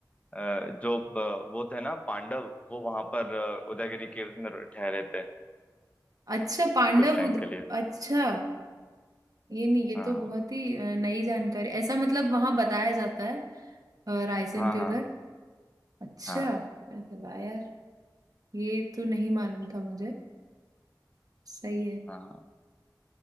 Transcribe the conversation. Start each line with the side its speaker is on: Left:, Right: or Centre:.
Left: अ, जो प- वो थे ना पांडव वो वहां पर अ, उदयगिरी केव्स में ठहरे थे
Right: अच्छा पांडव
Left: कुछ टाइम
Right: उद
Left: के लिए
Right: अच्छा ये नहीं ये
Left: हाँ
Right: तो बहुत ही अ, नई जानकारी ऐसा मतलब वहां बताया जाता है अ, रायसेन
Left: हाँ
Right: के
Left: हाँ
Right: उधर अच्छा
Left: हाँ
Right: अरे वाह यार ये तो नहीं मालूम था मुझे सही है
Left: हाँ